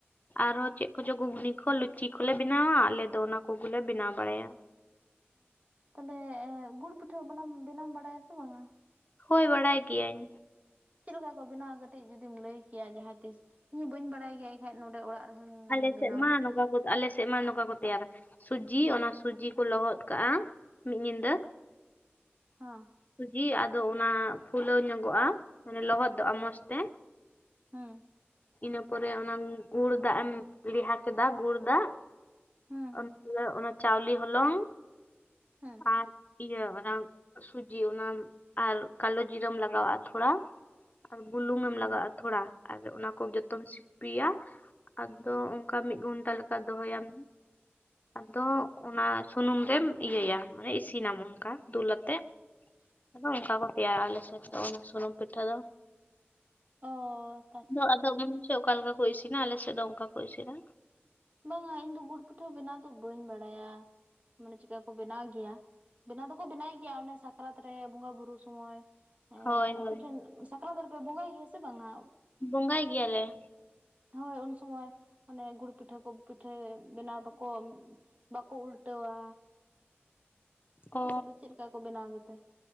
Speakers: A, on the left; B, on the right.
A: ᱟᱨᱦᱚᱸ ᱪᱮᱫ ᱠᱚᱪᱚ ᱜᱷᱩᱜᱽᱱᱤ ᱠᱚ, ᱞᱩᱪᱤ ᱠᱚᱞᱮ ᱵᱮᱱᱟᱣᱟ ᱟᱞᱮ ᱫᱚ ᱚᱱᱟ ᱠᱚᱜᱮᱞᱮ ᱵᱮᱱᱟᱣ ᱵᱟᱲᱟᱭᱟ᱾
B: ᱛᱟᱞᱦᱮ ᱜᱩᱲ ᱯᱤᱴᱷᱟᱹ ᱵᱚᱱᱟᱢ ᱵᱮᱱᱟᱣᱮᱢ ᱵᱟᱲᱟᱭᱟ ᱥᱮ ᱵᱟᱝᱼᱟ?
A: ᱦᱳᱭ ᱵᱟᱲᱟᱭ ᱜᱤᱭᱟᱹᱧ᱾
B: ᱪᱮᱫ ᱞᱮᱠᱟ ᱠᱚ ᱵᱮᱱᱟᱣᱟ ᱠᱟᱹᱴᱤᱡ ᱡᱩᱫᱤᱢ ᱞᱟᱹᱭ ᱠᱮᱭᱟ ᱡᱟᱦᱟᱸ ᱛᱤᱥ ᱤᱧ ᱦᱚᱸ ᱵᱟᱹᱧ ᱵᱟᱲᱟᱭ ᱜᱮᱭᱟ ᱮᱠᱟᱱᱡ ᱱᱚᱸᱰᱮ ᱚᱲᱟᱜ ᱨᱮᱦᱚᱧ ᱢᱟᱧ
A: ᱟᱞᱮ
B: ᱵᱮᱱᱟᱣᱟ
A: ᱥᱮᱫ ᱢᱟ ᱱᱚ ᱱᱚᱠᱟ ᱠᱚ, ᱟᱞᱮ ᱥᱮᱫ ᱢᱟ ᱱᱚᱝᱠᱟ ᱠᱚ ᱛᱮᱭᱟᱨᱟ ᱥᱩᱡᱤ ᱚᱱᱟ ᱥᱩᱡᱤ ᱠᱚ ᱞᱚᱦᱚᱫ ᱠᱟᱜ-ᱟ ᱢᱤᱫ ᱧᱤᱫᱟᱹ᱾
B: ᱦᱚᱸ᱾
A: ᱥᱩᱡᱤ ᱟᱫᱚ ᱚᱱᱟ ᱯᱷᱩᱞᱟᱹᱣ ᱧᱚᱜᱚᱜ-ᱟ ᱢᱟᱱᱮ ᱞᱚᱦᱚᱫᱚᱜ-ᱟ ᱢᱚᱸᱡᱽ ᱛᱮ᱾
B: ᱦᱩᱸ
A: ᱤᱱᱟᱹ ᱯᱚᱨᱮ ᱚᱱᱟ ᱜᱩᱲ ᱫᱟᱜ-ᱮᱢ ᱞᱮᱣᱦᱟ ᱠᱮᱫᱟ ᱜᱩᱲ ᱫᱟᱜ᱾
B: ᱦᱩᱸ
A: ᱟᱱᱛᱮ ᱚᱱᱟ ᱪᱟᱣᱞᱮ ᱦᱚᱞᱚᱝ᱾
B: ᱦᱮᱸ᱾
A: ᱟᱨ ᱤᱭᱟᱹ ᱚᱱᱟ ᱥᱩᱡᱤ ᱚᱱᱟ ᱟᱨ ᱠᱟᱞᱳ ᱡᱤᱨᱟᱹᱢ ᱞᱟᱜᱟᱣᱟᱜ-ᱟ ᱛᱷᱚᱲᱟ᱾ ᱟᱨ ᱵᱩᱞᱩᱝᱮᱢ ᱞᱟᱜᱟᱣᱟᱜ-ᱟ ᱛᱷᱚᱲᱟ, ᱟᱨ ᱚᱱᱟ ᱠᱚ ᱡᱚᱛᱚᱢ ᱥᱤᱯᱤᱭᱟ᱾ ᱟᱫᱚ ᱚᱝᱠᱟ ᱢᱤᱫ ᱜᱷᱚᱱᱴᱟ ᱞᱮᱠᱟ ᱫᱚᱦᱚᱭᱟᱢ᱾ ᱟᱫᱚ ᱚᱱᱟ ᱥᱩᱱᱩᱢ ᱨᱮᱢ ᱤᱭᱟᱹᱭᱟ ᱢᱟᱱᱮ ᱤᱥᱤᱱᱟᱢ ᱚᱱᱠᱟ ᱫᱩᱞᱟᱛᱮᱜ᱾
B: <inaudible>
A: ᱟᱫᱚ ᱚᱱᱠᱟ ᱠᱚ ᱛᱮᱭᱟᱨᱟ ᱟᱞᱮ ᱥᱮᱫ ᱫᱚ ᱚᱱᱟ ᱥᱩᱱᱩᱢ ᱯᱤᱴᱷᱟᱹ ᱫᱚ᱾
B: ᱚᱻ
A: ᱵᱟ ᱟᱫᱚ ᱩᱱ ᱥᱮᱫ ᱚᱠᱟ ᱞᱮᱠᱟ ᱠᱚ ᱤᱥᱤᱱᱟ? ᱟᱯᱮ ᱥᱮᱫ ᱫᱚ ᱚᱝᱠᱟ ᱠᱚ ᱤᱥᱤᱱᱟ᱾
B: ᱵᱟᱝᱟ ᱤᱧ ᱫᱚ ᱜᱩᱲ ᱯᱤᱴᱷᱟᱹ ᱵᱮᱱᱟᱣ ᱫᱚ ᱵᱟᱹᱧ ᱵᱟᱲᱟᱭᱟ ᱢᱟᱱᱮ ᱪᱮᱫᱠᱟ ᱠᱚ ᱵᱮᱱᱟᱣ ᱜᱮᱭᱟ? ᱵᱮᱱᱟᱣ ᱫᱚᱠᱚ ᱵᱮᱱᱟᱣ ᱜᱮᱭᱟ ᱚᱱᱮ ᱥᱟᱠᱨᱟᱛ ᱨᱮ ᱵᱚᱸᱜᱟ ᱵᱩᱨᱩ ᱥᱚᱢᱚᱭ᱾
A: ᱦᱳᱭ
B: ᱮᱸᱫ ᱟᱯᱮᱴᱷᱮᱱ
A: ᱦᱳᱭ
B: ᱥᱟᱠᱨᱟᱛ ᱨᱮᱯᱮ ᱵᱚᱸᱜᱟᱭ ᱜᱮᱭᱟ ᱥᱮ ᱵᱟᱝᱟ?
A: ᱵᱚᱸᱜᱟᱭ ᱜᱮᱭᱟᱞᱮ᱾
B: ᱦᱳᱭ ᱩᱱᱥᱩᱢᱚᱭ ᱢᱟᱱᱮ ᱜᱩᱲ ᱯᱤᱴ ᱯᱤᱴᱷᱟᱹ ᱠᱚ ᱯᱤᱴᱷᱟᱹ ᱵᱮᱱᱟᱣ ᱫᱠᱚ ᱵᱟᱠᱚ ᱩᱞᱴᱟᱹᱣᱟ᱾ ᱟᱯᱮᱥᱮᱫ
A: ᱚ
B: ᱫᱚ ᱪᱮᱫ ᱞᱮᱠᱟ ᱠᱚ ᱵᱮᱱᱟᱣ ᱜᱮᱛᱮ,